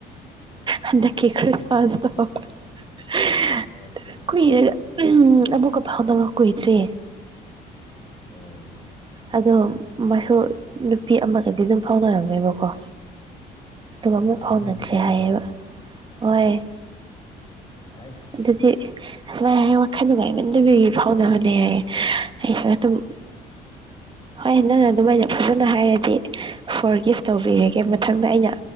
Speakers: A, on the right (about 30°); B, on the left (about 30°).
A: ꯍꯟꯗꯛꯀꯤ <unintelligible>
B: ꯑꯠꯆꯥ
A: ꯀꯨꯏꯔꯒ
B: ꯆꯥ
A: ꯎꯝ ꯑꯃꯨꯛꯀ ꯐꯥꯎꯅꯕ ꯀꯨꯏꯗ꯭ꯔꯤ
B: ꯑꯣꯑꯣ
A: ꯑꯗꯣ ꯃꯁꯨ ꯅꯨꯄꯤ ꯑꯃꯒꯗꯤ ꯑꯗꯨꯝ ꯐꯥꯎꯅꯔꯝꯃꯦꯕꯀꯣ ꯑꯗꯨꯒ
B: ꯑꯣ
A: ꯑꯃꯨꯛ
B: ꯍꯧꯖꯤꯛ
A: ꯐꯥꯎꯅꯗ꯭ꯔꯦ
B: ꯅꯨꯄꯥꯗꯨꯔꯣ
A: ꯍꯥꯏꯌꯦꯕ ꯍꯣꯏ
B: ꯑꯁ
A: ꯑꯗꯨꯗꯤ ꯁꯨꯃꯥꯏꯍꯥꯏꯌꯦ ꯋꯥꯈꯜ ꯅꯨꯡꯉꯥꯏꯃꯟꯗꯕꯒꯤ ꯐꯥꯎꯅꯕꯅꯦ ꯍꯥꯏꯌꯦ ꯑꯩꯁꯨ ꯑꯗꯨꯝ ꯍꯣꯏ ꯅꯪꯅ ꯑꯗꯨꯃꯥꯏꯅ ꯐꯖꯅ ꯍꯥꯏꯔꯗꯤ ꯐꯣꯔꯒꯤꯐ ꯇꯧꯕꯤꯔꯒꯦ ꯃꯊꯪꯗ ꯑꯩꯅ